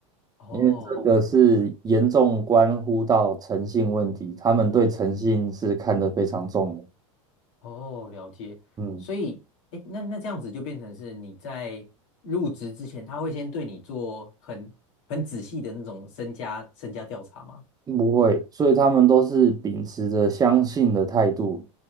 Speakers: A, on the left (about 65°); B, on the right (about 20°).
A: 哦
B: 因为这个是严重关乎到诚信问题，他们对诚信是看得非常重的。
A: 哦，了解。
B: 嗯，
A: 所以，哎，那那这样子就变成是你在入职之前，他会先对你做很很仔细的那种身家身家调查吗？
B: 不会，所以他们都是秉持着相信的态度。